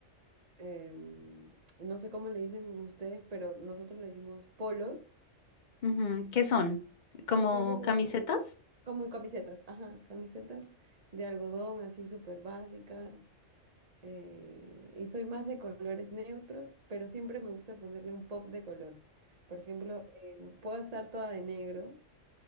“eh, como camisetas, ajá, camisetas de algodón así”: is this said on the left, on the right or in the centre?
Right